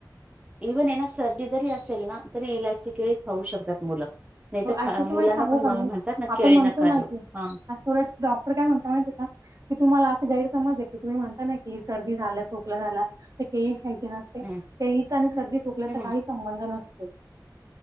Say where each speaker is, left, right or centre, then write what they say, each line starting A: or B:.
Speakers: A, on the right; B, on the right.
A: इव्हन ना, सर्दी जरी असेल ना. तरी इलायची केळी खाऊ शकतात मुलं. नाही तर
B: ऍक्च्युली तुम्हाला
A: मुलांना
B: सांगू
A: पण
B: का
A: म
B: मी
A: म्हणतात ना
B: आपण
A: केळी
B: म्हणतो
A: नका
B: ना
A: देऊ.
B: की,
A: हां.
B: डॉक्टर काय म्हणतो माहित आहे का. की तुम्हाला असं गैरसमज आहे की तुम्ही म्हणता ना की सर्दी झालं खोकलं झाला तर केही खायचे ना. तेहीच
A: हं.
B: आणि सर्दी खोकल्याचा
A: हं, हं.
B: काही संबंध नसतो.